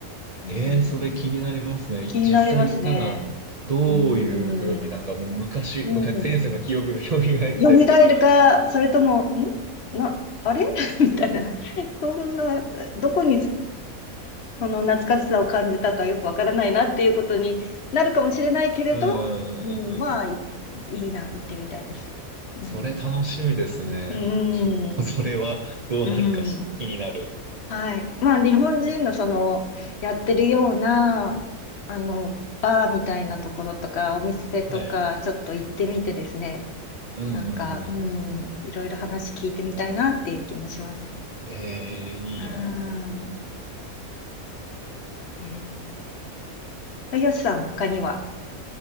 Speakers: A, on the left; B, on the right.
A: うん、
B: ええ、それ気になりますね。
A: 気になりますね。
B: 実際行ったら、どういうふうになんかもう昔、
A: うん。うん。
B: 昔、前世の記憶が蘇ったりとか。
A: 蘇るか、それとも、んな、あれ <laughs> みたいな。そんな、どこにその懐かしさを感じたかよくわからないなっていうことになるかもしれないけれど、
B: うんう
A: うん、
B: んうんうん。
A: まあ、い、いいな、行ってみたいです。うん。
B: それ楽しみですね。
A: うん。
B: ちょっとそれはどうなるかし気になる。
A: うん。はい。まあ、日本人のその、やってるような、あの、バーみたいなところとか、お店とか、
B: はい。
A: ちょっと行ってみてですね、
B: うんうんうんうん。
A: なんか、うん、いろいろ話聞いてみたいなっていう気もします。
B: ええ、いいな。
A: うん。えー、よしさん、他には、